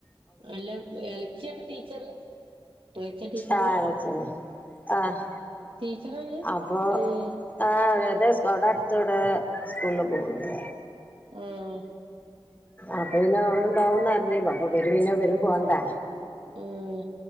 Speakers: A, on the right; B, on the left.
A: എല്ല എളച്ചിയാണ് ടീച്ചറ് എളച്ച ടീച്ചറ്
B: ആഹ് എളച്ചന ആഹ്
A: ടീച്ചറാണ്
B: അപ്പൊ
A: ഏഹ്
B: ആഹ് അവടെ അടതോടെ സ്കൂളില് പോവ്ണ്ട്
A: ആഹ്
B: അപ്പൊ പിന്നെ അവള്ണ്ടാവും ന്ന്റ്ഞ്ഞ് അപ്പൊ ഇവരുപിന്നെ ഇവരും പോണ്ടെ
A: ആഹ്